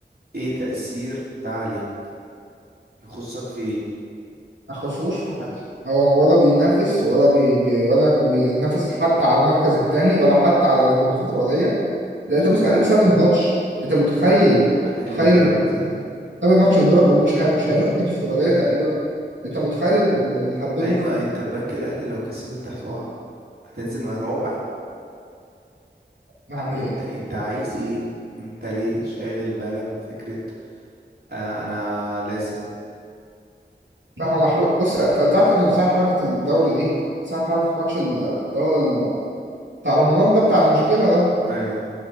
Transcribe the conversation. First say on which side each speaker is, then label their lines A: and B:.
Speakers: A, on the right; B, on the right.
A: ايه تأثير ده عليك يخصك في ايه
B: ما خسروش في حاجه هو ولا بينافس ولا بي بي ولا كان بينافس حتى على المركز الثاني ولا حتى على الكونفدراليه لا انت بتخيل
A: يا ب...
B: بسبب الماتش انت متخيل
A: <laughs>
B: متخيل
A: اللي بيراميدز
B: إن
A: يعني.
B: بسبب الماتش البيراميدز ومش هي- مش هيروح الكونفدراليه تقريبا انت متخيل اللي اللي هببه
A: ايوه انت البنك الاهلي لو كسب انت هتقع هتنزل مع رابع
B: يعني
A: طب انت انت عايز ايه انت ليه شاغل بالك بفكرة آه انا لازم
B: لا هو محروق بص ت- تعرف ان من ساعة حركة الدوري دي من ساعة حركة ماتش ال- اللي هو ال- بتاع رمضان ده بتاع المشكلة ده
A: ايوه